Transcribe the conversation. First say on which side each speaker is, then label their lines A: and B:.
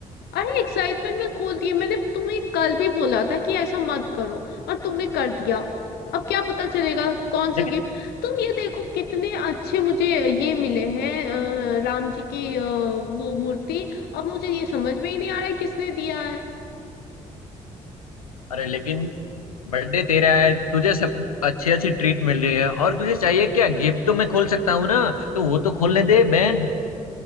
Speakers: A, on the left (about 60°); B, on the left (about 80°).
A: अरे एक्साइटमेंट में खोल दिए मैंने तुम्हें कल भी बोला था कि ऐसा मत करो और तुमने कर दिया अब क्या पता चलेगा कौन सा
B: लेकिन
A: गिफ्ट तुम ये देखो कितने अच्छे मुझे ये मिले हैं अ, राम जी की अ, वो मूर्ति अब मुझे ये समझ में ही नहीं आ रहा है किसने दिया है
B: अरे लेकिन बर्थडे तेरा है तुझे सब अच्छी अच्छी ट्रीट मिल रही है और तुझे चाहिए क्या गिफ्ट तो मैं खोल सकता हूँ ना तो वो तो खोलने दे बहन